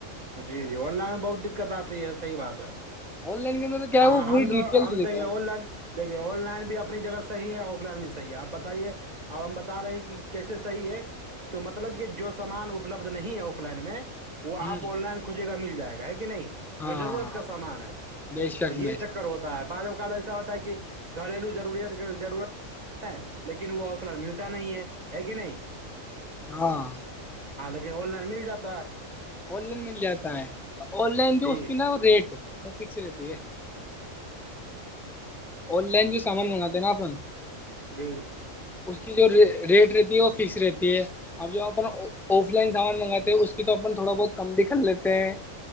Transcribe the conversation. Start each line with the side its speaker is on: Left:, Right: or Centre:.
Right: جی جی آن لائن میں بہت دقت آتی یہ صحی بات ہے
Centre: آن لائن کے اندر تو کیا
Right: ہاں
Centre: ہے وہ پوری
Right: ہم تو
Centre: ڈیٹیل
Right: ہم
Centre: دے
Right: دیکے
Centre: دیتا ہے
Right: آن لائن دیکھیے آن لائن بھی اپنی جگہ سے صح ہے آف لائن بھی صحیح آپ بتائیے اب ہم بتا رہے ہیں کہ کیسے صحیح ہے تو مطلب کہ جو سامان اپلبد نہیں ہے آف لائن میں وہ آن
Centre: ہ
Right: لائن کوجے گ مل جائے گا ہے کہ نہیں
Centre: ہاں
Right: جو ضرورت کا سامان ہے
Centre: بے شک
Right: تو یہ
Centre: بے شک
Right: چکر ہوتا ہے بعض اوقات ایسا ہوتا ہے کہ گھریلو رورت ضرورت ہے لیکن وہ آف لائن ملتا نہیں ہے ہے کہ نہیں
Centre: ہاں
Right: ہاں لیکن آن لائن مل جاتا ہے
Centre: آن لائن مل جاتا ہے آن لائن جو
Right: جی
Centre: اس کی نا ریٹ وہ فکس رہتی ہے آن لائن جو سمان منگاتے ہیں نا اپن
Right: جی
Centre: اس کی جو ریٹ رہتی ہے وہ فکس رہتی ہے اب جو اپن آف لائن سامان منگاتے ہیں اس کی تو اپن تھوڑا بہت کم بھی کر لیتے ہیں